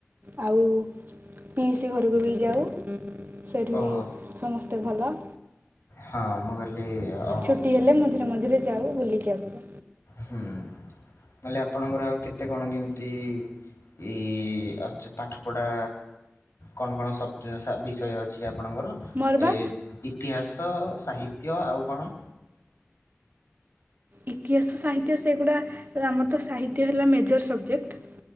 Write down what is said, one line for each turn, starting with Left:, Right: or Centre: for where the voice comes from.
Right: ଆଉ ପିଇଶି ଘରକୁ ବି ଯାଉ ସେଇଠି
Left: ଓହୋ
Right: ବି ସମସ୍ତେ ଭଲ।
Left: ହଁ ମୁଁ କହିଲି ଅ
Right: ଛୁଟି ହେଲେ ମଝିରେ ମଝିରେ ଯାଉ ବୁଲିକି ଆସୁ।
Left: ହୁଁ ବୋଲେ ଆପଣଙ୍କର ଆଉ କେତେ କଣ କେମିତି ଏଇ ଆଛ ପାଠପଢ଼ା କଣ କଣ <unintelligible> ବିଷୟ ଅଛି ଆପଣଙ୍କର?
Right: ମୋର
Left: ଏ
Right: ବା
Left: ଇତିହାସ ସାହିତ୍ୟ ଆଉ କଣ?
Right: ଇତିହାସ ସାହିତ୍ୟ ସେଗୁଡ଼ା ଆମର ତ ସାହିତ୍ୟ ହେଲା ମେଜର ସବଜେକ୍ଟ।